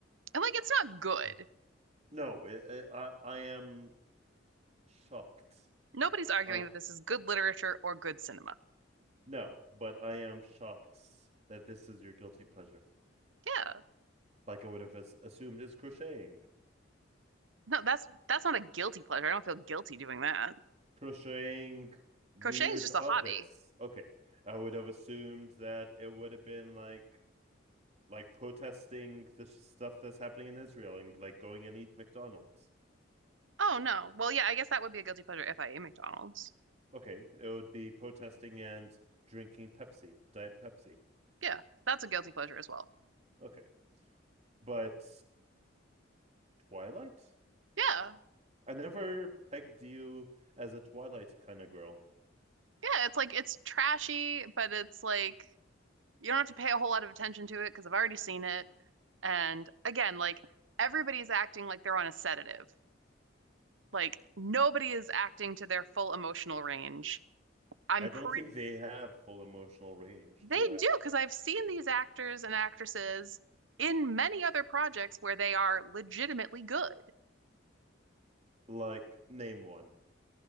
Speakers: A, on the right; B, on the right.
A: And like it's not good.
B: <clears throat> No, it, it, I, I am shocked.
A: Nobody's arguing
B: I
A: that this is good literature or good cinema.
B: no, but I am shocked that this is your guilty pleasure.
A: Yeah.
B: like I would have as- assumed is crocheting.
A: No, that's that's not a guilty pleasure. I don't feel guilty doing that.
B: Crocheting weird
A: Crocheting is just a
B: objects.
A: hobby.
B: Okay. I would have assumed that it would have been like like protesting the stuff that's happening in Israel and like going and eat McDonald's.
A: Oh no. Well, yeah, I guess that would be a guilty pleasure if I ate McDonald's.
B: Okay, it would be protesting and drinking Pepsi, Diet Pepsi.
A: Yeah, that's a guilty pleasure as well.
B: Okay. But Twilight?
A: Yeah.
B: I never pegged you as a Twilight kind of girl.
A: Yeah, it's like it's trashy, but it's like you don't have to pay a whole lot of attention to it because I've already seen it. And again, like everybody's acting like they're on a sedative. Like nobody is acting to their full emotional range. I'm
B: I don't
A: pretty
B: think they have full emotional range
A: they
B: to act.
A: do because I've seen these actors and actresses in many other projects where they are legitimately good.
B: Like, name one,